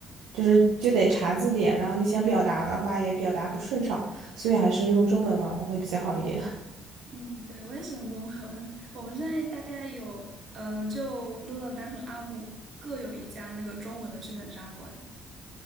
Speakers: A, on the right; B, on the right.
A: 就是就得查字典，然后你想表达的话也表达不顺畅，所以还是用中文玩会比较好一点。
B: 嗯，对，我也是用中文玩。我们现在大概有，呃，就鹿特丹和阿姆各有一家那个中文的剧本杀馆。